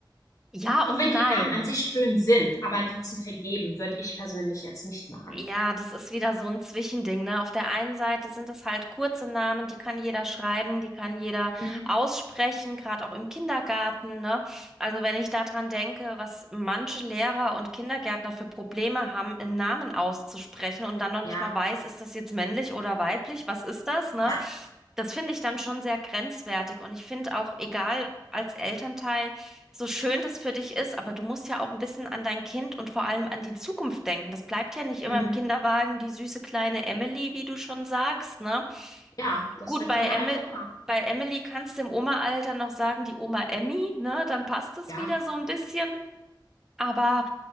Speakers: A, in the centre; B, on the left (about 45°).
A: Ja
B: Auch
A: und
B: wenn
A: nein.
B: die Namen an sich schön sind, aber die zu vergeben, würde ich persönlich jetzt nicht machen.
A: Ja, das ist wieder so ein Zwischending, ne? Auf der einen Seite sind es halt kurze Namen, die kann jeder schreiben, die kann jeder
B: Mhm.
A: aussprechen, gerade auch im Kindergarten, ne? Also wenn ich daran denke, was manche Lehrer und Kindergärtner für Probleme haben, einen Namen auszusprechen und dann noch nicht
B: Ja,
A: mal weiß, ist das jetzt männlich oder weiblich, was ist das, ne?
B: ja,
A: Das finde ich dann schon sehr grenzwertig und ich finde auch, egal als Elternteil, so schön das für dich ist, aber du musst ja auch ein bisschen an dein Kind und vor allem an die Zukunft denken. Das bleibt ja nicht immer
B: mhm.
A: im Kinderwagen, die süße kleine Emily, wie du schon sagst, ne?
B: ja, das
A: Gut,
B: wird
A: bei
B: meine
A: Emily,
B: alte Oma.
A: bei Emily kannst du im Oma-Alter noch sagen, die Oma Emmy, ne? Dann passt es
B: Ja,
A: wieder so ein bisschen. Aber